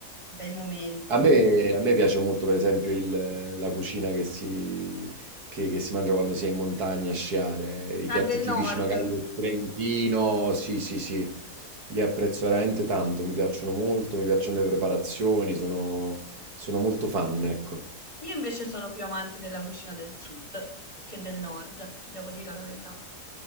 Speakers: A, on the left; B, on the right.
A: bei momenti.
B: A me, a me piace molto, per esempio, il- la cucina che si, che- che si mangia quando si è in montagna a sciare, i piatti
A: Ah, del
B: tipici
A: nord.
B: magari del Trentino, sì, sì, sì, li apprezzo veramente tanto, mi piacciono molto, mi piacciono le preparazioni, sono, sono molto fan, ecco.
A: Io invece sono più amante della cucina del sud che del nord, ti devo dire la verità.